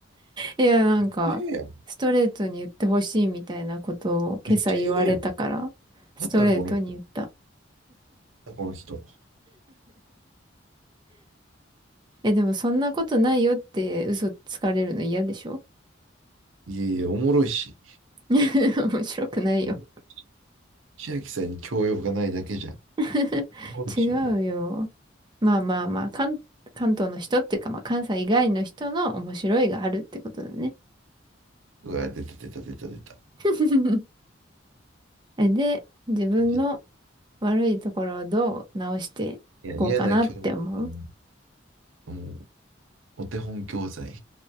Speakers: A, on the right (about 25°); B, on the right (about 90°).
A: いや、なんか、
B: めっちゃ言うやん。
A: ストレートに言ってほしいみたいなことを今朝言われたから、
B: めっちゃ言うやん。
A: ストレートに言った。
B: なんだこの人。なんだこの人。
A: え、でもそんなことないよって嘘つかれるの嫌でしょ
B: いやいや、おもろいし。
A: <laughs> 面白くないよ。
B: おもろいし千秋さんに教養がないだけじゃん。
A: <laughs>
B: おもろいし、
A: 違うよ。
B: 俺
A: まあまあまあ、関、関東の人っていうか、まあ関西以外の人の面白いがあるってことだね。
B: うわ、出た出た出た出た。
A: <laughs> えで、自分の
B: じ
A: 悪いところをどう直していこうかなって思う
B: いや、嫌な教女の、もう、お手本教材。